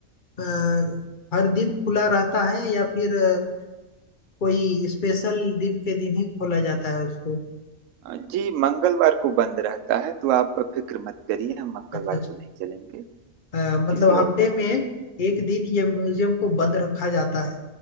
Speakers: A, on the left (about 40°); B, on the right (about 70°).
A: अ, हर दिन खुला रहता है या फिर अ, कोई स्पेशल दिन के दिन ही खोला जाता है उसको
B: अ, जी मंगलवार को बंद रहता है तो आप फिक्र मत करिए हम मंगलवार
A: अच्छा अच्छा
B: को नहीं चलेंगे
A: अ, मतलब
B: किसी
A: हफ्ते
B: और दिन चलेंगे
A: में एक दिन ये म्यूजियम को बंद रखा जाता है